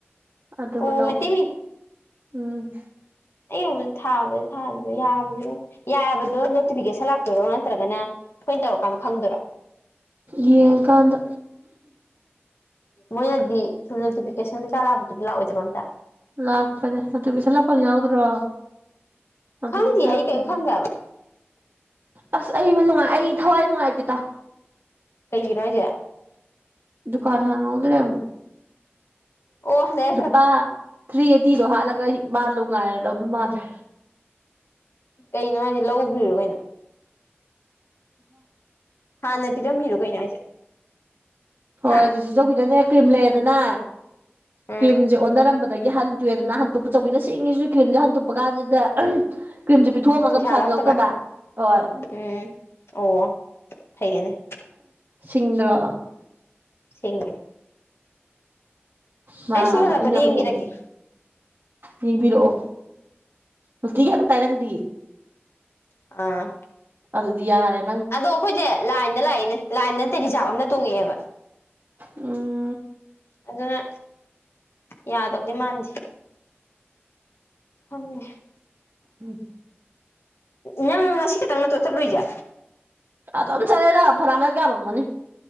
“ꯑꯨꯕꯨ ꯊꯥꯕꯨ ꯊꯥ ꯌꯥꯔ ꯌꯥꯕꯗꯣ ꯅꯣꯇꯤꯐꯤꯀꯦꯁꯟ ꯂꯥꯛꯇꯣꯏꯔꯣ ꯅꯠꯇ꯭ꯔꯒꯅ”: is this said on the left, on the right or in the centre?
Left